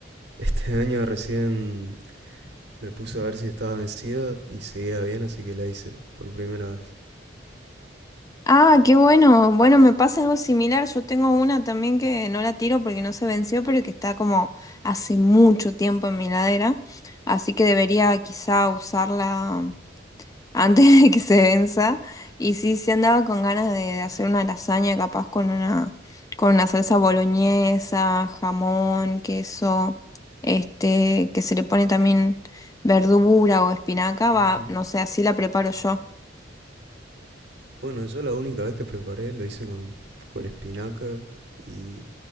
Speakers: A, on the right; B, on the left.
A: Este <laughs> año recién me puse a ver si estaba vencida y seguía bien, así que la hice por primera vez.
B: Ah, qué bueno. Bueno, me pasa algo similar. Yo tengo una también que no la tiro porque no se venció, pero que está como hace mucho tiempo en mi heladera. Así que debería quizá usarla antes <laughs> de que se venza. Y sí, sí andaba con ganas de, de hacer una lasaña capaz con una, con una salsa boloñesa, jamón, queso, este, que se le pone también verdura o espinaca.
A: Ujú.
B: Va, no sé, así la preparo yo.
A: Bueno, yo la única vez que preparé lo hice con, con espinaca y